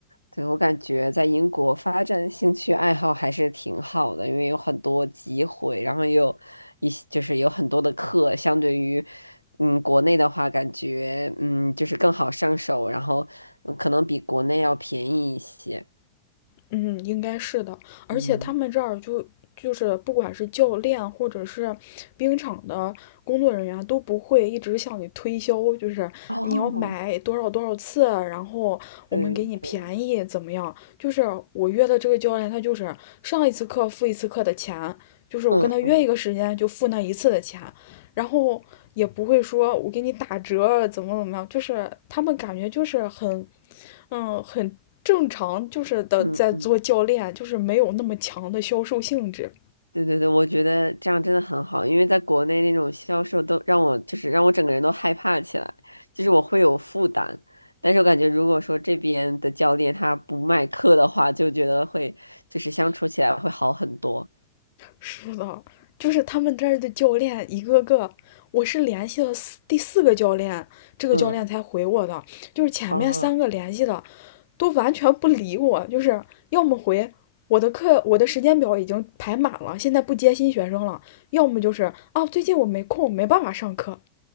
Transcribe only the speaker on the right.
对，我感觉在英国发展兴趣爱好还是挺好的，因为有很多机会，然后也有一些就是有很多的课，相对于嗯国内的话，感觉嗯就是更好上手，然后嗯可能比国内要便宜一些。
嗯，
哦，
对对，
嗯嗯
嗯嗯。
对对对，我觉得这样真的很好，因为在国内那种销售都让我就是让我整个人都害怕起来，就是我会有负担。但是我感觉如果说这边的教练他不卖课的话，就觉得会就是相处起来会好很多。
嗯，
哦